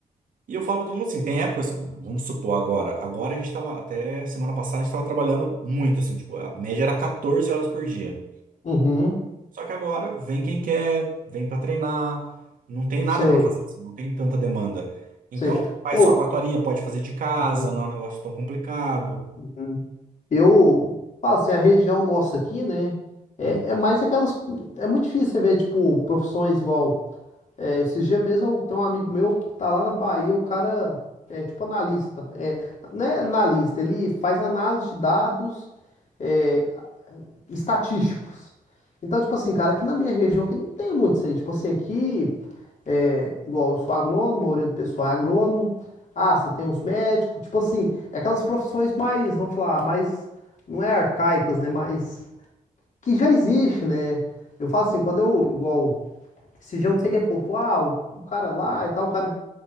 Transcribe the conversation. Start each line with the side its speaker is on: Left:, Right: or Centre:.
Right: E eu falo pra todo mundo assim, tem épocas, vamos supor agora, agora a gente tava, até semana passada a gente tava trabalhando muito, assim, tipo, a média era 14 horas por dia.
Left: uhum.
Right: Só que agora vem quem quer, vem pra treinar, não tem nada
Left: Sei,
Right: pra fazer, assim, não tem tanta demanda. Então,
Left: sei.
Right: faz
Left: Ou.
Right: só quatro horinhas, pode fazer de casa,
Left: Uhum,
Right: não é um negócio tão complicado.
Left: uhum. Eu. Ah, assim, a região nossa aqui, né? É,
Right: Hum.
Left: é mais aquelas. É muito difícil você ver, tipo, profissões igual. É, esses dias mesmo eu tenho um amigo meu que tá lá na Bahia, o cara é tipo analista. É, não é analista, ele faz análise de dados. é estatísticos. Então, tipo assim, cara, aqui na minha região aqui não tem muito isso aí. Tipo assim, aqui é igual eu sou agrônomo, a maioria do pessoal é agrônomo. Ah, você tem os médicos, tipo assim, é aquelas profissões mais, vamos falar, mais não é arcaicas, né, mas que já existe, né? Eu falo assim, quando eu igual esse dia, eu não sei quem for, falou, ah, o, o cara lá e tal, o cara